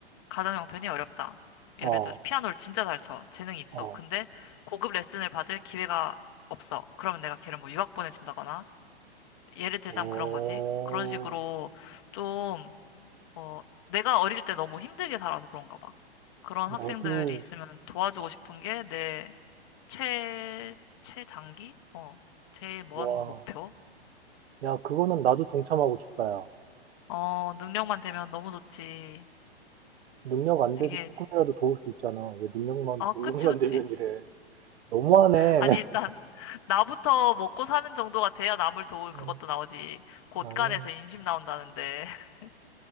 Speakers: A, on the left (about 25°); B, on the right (about 80°).
A: 가정 형편이 어렵다. 예를
B: 어,
A: 들어서 피아노를 진짜 잘 쳐. 재능이 있어.
B: 어,
A: 근데 고급 레슨을 받을 기회가 없어. 그러면 내가 걔를 뭐 유학 보내준다거나 예를 들자면
B: 오,
A: 그런 거지. 그런 식으로 좀, 어, 내가 어릴 때 너무 힘들게 살아서 그런가 봐. 그런 학생들이
B: 너도,
A: 있으면 도와주고 싶은 게 내 최, 최장기? 어, 제일 먼
B: 와.
A: 목표?
B: 야, 그거는 나도 동참하고 싶다, 야.
A: 어, 능력만 되면 너무 좋지.
B: 능력 안
A: 되게,
B: 돼도 조금이라도 도울 수 있잖아. 왜 능력만,
A: 아,
B: <laughs> 능력만
A: 그치, 그치.
B: 되면 이래. 너무하네.
A: 아니,
B: <laughs>
A: 일단, 나부터 먹고 사는 정도가 돼야 남을 도울
B: 어,
A: 그것도 나오지. 곳간에서
B: 나는,
A: 인심 나온다는데. <laughs>